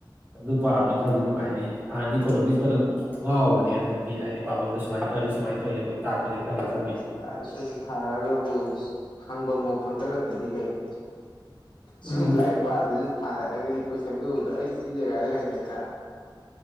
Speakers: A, on the right (about 25°); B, on the left (about 65°).
A: ꯂꯄꯥꯗ ꯈꯔꯗꯤ ꯅꯨꯡꯉꯥꯏꯔꯤ ꯍꯥꯟꯅ ꯏꯀꯣꯅꯣꯃꯤꯛꯁꯇ ꯑꯗꯨ ꯉꯥꯎꯕꯅꯦ ꯍꯟꯗꯛꯇꯤ ꯍꯥꯏꯗꯤ ꯄꯥꯐꯝꯝꯗ ꯁꯨꯃꯥꯏꯅ ꯇꯧꯔꯤ ꯁꯨꯃꯥꯏꯅ ꯇꯧꯔꯤ ꯃꯣꯏ ꯇꯥꯛꯄꯅꯤ ꯈꯔꯤ ꯈꯜꯂꯤ
B: ꯄꯥꯏ ꯁꯨꯝ ꯊꯥꯔꯛꯑꯒꯕꯨ ꯍꯪꯐꯝꯐꯥꯎ ꯈꯪꯀꯠꯂꯛꯇꯄꯗꯤ ꯀꯩꯅꯣ
A: ꯎꯝ
B: ꯁꯨꯝ ꯂꯥꯏꯔꯤꯛ ꯄꯥꯗꯁꯨ ꯊꯥꯔꯛꯑꯒꯗꯤ ꯀꯣꯏꯁꯟꯗꯨꯗ ꯑꯩ ꯁꯤ ꯖꯒꯥꯗ ꯍꯪꯉꯛꯦꯅ